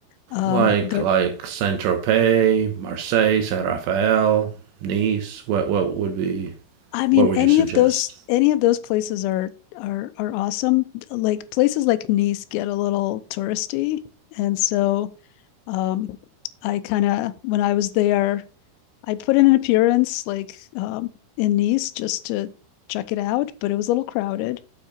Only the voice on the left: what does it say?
Um,
there,
I mean,
any
of those any of those places are are are awesome. Like places like Nice get a little touristy, and so um, I kind of when I was there, I put in an appearance like um, in Nice just to check it out, but it was a little crowded.